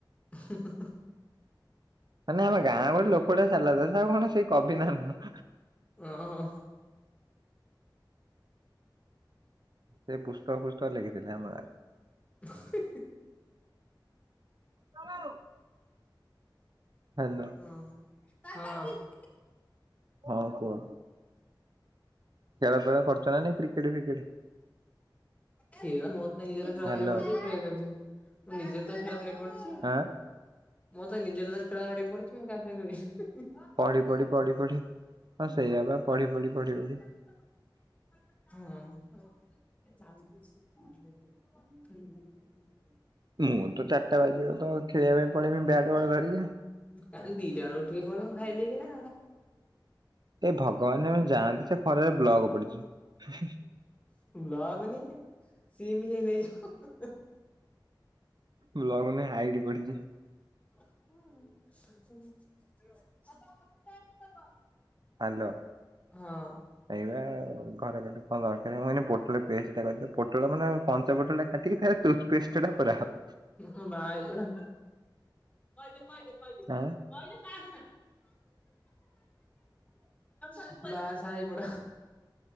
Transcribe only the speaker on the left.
<unintelligible>
ଅଁ ହଁ।
<unintelligible>
ହଁ ହଁ।
ଖେଳ ମୋର ତ ନିଜର ଖେଳ
ଭାରି ପଡିୁଚି <unintelligible> ନିଜର ତ ଖେଳ ଭାରି ପଡିୁଚି।
ମୋ ତ ନିଜର ତ ଖେଳ ବାହାରି ପଡୁଚି ମୁଁ କାହା ସାଙ୍ଗେ ଖେଳିବି।
ହଁ <unintelligible> କାଇଁ ଭାଙ୍ଗୁଥ
କାଇଁ ଦିଟା ବେଳୁ ଉଠିକି ପଡିବ ଖାଇ ପିଇକିନା।
ବ୍ଲଗ ନିି ସିମ ଇଏ ନେଇଯାଉ
<unintelligible>
ହଁ
ହଁ ବାହାହେଇପଡେ କଇଦେ-କଇଦେ କଇଦେ।
କଇଦେ କାନ୍ଦେନା <unintelligible> <unintelligible> ବାହା ସାହା ହେଇ ପଡ।